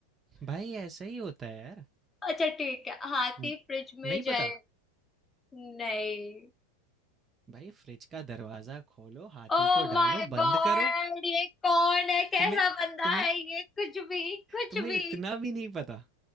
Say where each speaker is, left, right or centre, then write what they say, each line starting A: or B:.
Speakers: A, on the right; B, on the left.
A: भाई ऐसा ही होता है यार
B: अच्छा ठीक है हाथी
A: न-
B: फ्रिज में
A: नहीं
B: जाए
A: पता
B: नहीं
A: भाई फ्रिज का दरवाजा खोलो हाथी
B: ओ
A: को
B: माय
A: डालो बंद
B: गॉड
A: करो
B: ये कौन है कैसा
A: तुम्हें
B: बंदा
A: तुम्हें
B: है ये कुछ भी कुछ
A: तुम्हें
B: भी
A: इतना भी नहीं पता